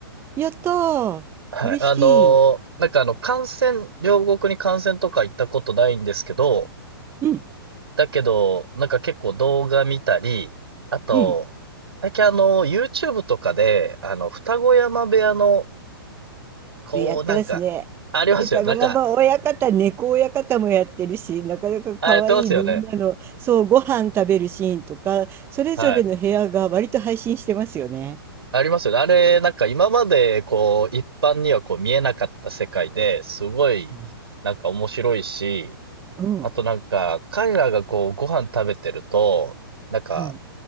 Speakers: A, on the right; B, on the right.
A: やったー。
B: はい。
A: 嬉しい。
B: あの、なんかあの、観戦、両国に観戦とか行ったことないんですけど、
A: うん。
B: だけど、なんか結構動画見たり、あと、
A: うん。
B: 最近あの、YouTube とかで、あの、二子山部屋のこう、
A: やってますね。
B: なんか、ありますよ。
A: 歌子山親方、
B: なんか、
A: 猫親方もやってるし、なかなか可愛いみんなの、
B: あ、やってますよね。
A: そう、ご飯食べるシーンとか、それぞれの部屋が割と配信してますよね。
B: はい。ありますよね。あれ、なんか今まで、こう、一般にはこう見えなかった世界で、すごい、
A: うん。
B: なんか面白いし、
A: うん。
B: あとなんか、彼らがこう、ご飯食べてると、なんか、
A: うん